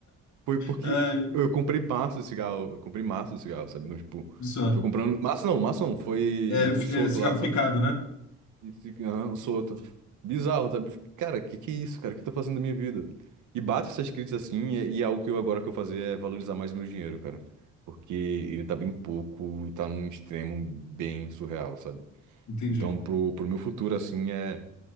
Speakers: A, on the right; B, on the left.
A: Foi porque
B: Ai,
A: eu comprei maço de cigarro, eu comprei maço de cigarro, sabe? Então, tipo,
B: só.
A: fui comprando. Maço não, maço não, foi
B: É, f-
A: o solto
B: é cigarro
A: lá, sabe?
B: picado, né?
A: E fica, aham, solto. Bizarro, sabe? Cara, que que é isso, cara? O que eu tô fazendo da minha vida? E bate essas críticas assim, e, e é algo que eu agora que eu fazer é valorizar mais o meu dinheiro, cara. Porque ele tá bem pouco, tá num extremo bem surreal, sabe?
B: Entendi.
A: Então, pro, pro meu futuro, assim, é